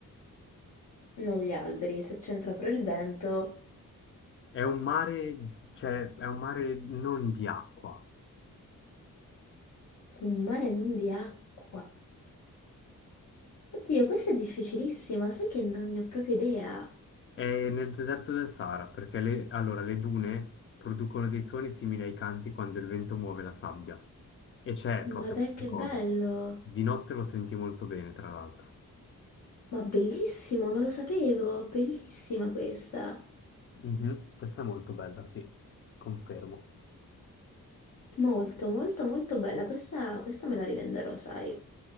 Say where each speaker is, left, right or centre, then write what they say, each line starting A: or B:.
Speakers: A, on the left; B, on the left.
A: non gli alberi, se c'entra però il vento,
B: È un mare, cioè, è un mare non di acqua.
A: un mare non di acqua. Oddio, questa è difficilissima, sai che non ne ho proprio idea.
B: È nel deserto del Sahara, perché le, allora, le dune producono dei suoni simili ai canti quando il vento muove la sabbia. E c'è proprio
A: Ma dai,
B: questa
A: che
B: cosa.
A: bello!
B: Di notte lo senti molto bene, tra l'altro.
A: Ma bellissimo, non lo sapevo, bellissima questa.
B: Mhm, Questa è molto bella, sì, confermo.
A: Molto, molto, molto bella. Questa, questa me la rivenderò, sai.